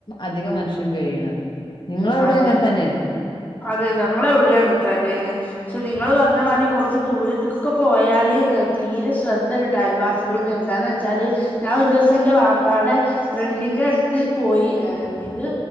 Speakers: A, on the left; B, on the left.
A: അധികം മനുഷ്യൻ കഴിയണത് നിങ്ങളവിടെ
B: അതെ
A: അങ്ങനെ തന്നെയല്ലേ
B: അതെ ഞങ്ങള ഇവിടെ അങ്ങന തന്നെ ണ് പക്ഷെ നി നിങ്ങൾ പറഞ്ഞ മാതി കുറച്ച് ദൂരത്തേക്കൊക്കെ പോയാൽ തീരെ ശ്രദ്ധൽട്ടാ അയൽവാസികൾ എന്താന്ന് വെച്ചാൽ ഞാൻ ഒരു ദിവസം എൻറെ വാപ്പാടെ ഫ്രണ്ടിൻന്റെറെ അടുത്ത് പോയി ഇത്